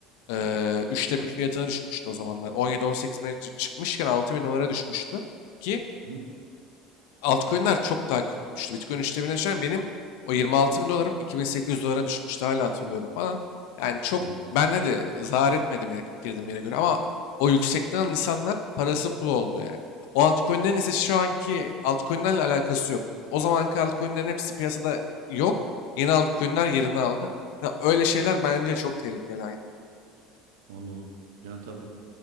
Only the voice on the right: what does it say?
Hı hı,
hı hı.
Anladım. Yani tabii.